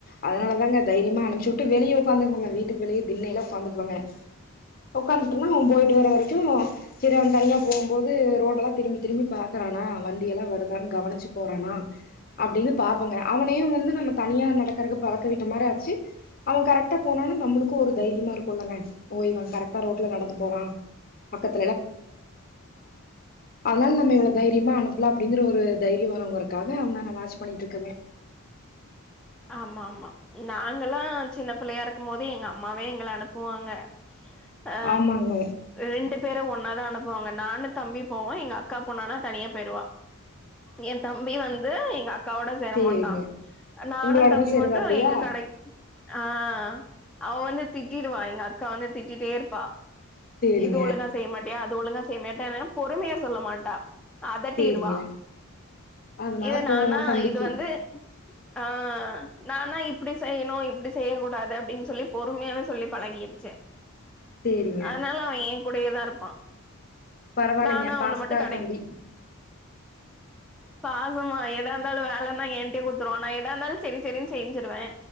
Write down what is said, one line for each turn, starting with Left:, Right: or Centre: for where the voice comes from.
Left: அதனால தா ங்க தைரியமா அனுப்புச்சிட்டு வெளிய ஒக்காந்துக்குவங்க வீட்டுக்கு வெளியே தின்னையில்லா ஒக்காந்துக்குவங்க ஒக்காந்துட்டன்னா அவ போயிட்டு வர வரைக்கு செரி அவ தனியா போம்போது ரோடெல்லா திரும்பி திரும்பி பாக்குறானா வண்டியெல்லா வருதான் கவனிச்சி போறானா அப்டின்னு பாப்பங்க அவனையு வந்து நம்ம தனியா நடக்கறதுக்கு பழக்க விட்ட மாரி ஆச்சு அவ கரெக் ட்டா போனானா நம்மளுக்கு ஒரு தைரியமா இருக்குமில்லங்க ஓ இவ கரெக்டா ரோட்ல நடந்து போறா பக்கத்து அதனால நம்ம இவள தைரியமா அனுப்பலா அப்டிங்கிற ஒரு தைரிய வருங்கறதுக்காக அவன நா வாட்ச் பண்ணிட்டு இருக்கங்க
Centre: ஆமா ஆமா நாங்கெல்லா சின்ன பிள்ளையா இருக்கு போது எங்க அம்மாவே எங்கள அனுப்புவாங்க அ
Left: ஆமாங்க
Centre: ரெண்டு பேரு ஒன் னாதா அனுப்புவாங்க நானு தம்பி போவோ எங்க அக்கா போனா தனியா பெயிருவா என் தம்பி வந்து எங்க அக் காவோட சேர
Left: சேரிங்க
Centre: மாட்டா நானு
Left: உங்களோடதா
Centre: தம்பி
Left: சேருவாப்டியா
Centre: மட்டு எங்க கடைக் ஆ அவ வந்து திட்டிடுவா எங்க அக்கா வந்து திட்டிட்டே இருப்பா
Left: சேரிங்க
Centre: இது ஒழுங்கா செய்ய மாட்டியா அது ஒழுங்கா செய்ய மட்டவ பொறுமையா சொல்ல மாட்டா அதட்டிருவா
Left: சேரிங்க அதனால
Centre: இதே
Left: கோவோ
Centre: நானா
Left: தம்பிக்கு
Centre: இது வந்து ஆ நானா இப்படி செய்ய னும் இப்படி செய்யக்க கூடாது அப்படின்னு சொல்லி பொறுமையாவே சொல்லி பழகிச்சு
Left: சேரிங்க
Centre: அனால அவன் ஏன் கூடயேதான் இருப்பா
Left: பரவாயில்லைங்க
Centre: நானா
Left: பாஸ்கார
Centre: உன்னு மட்டும் கடை
Left: தம்பி
Centre: பாசமா எதா இருந்தாலும் வேல இருந்தா ஏன்டே கு டுத்துருவாங்க நா ஏதா இருந்தாலும் சேரி சேரினு செஞ்சிருவேன்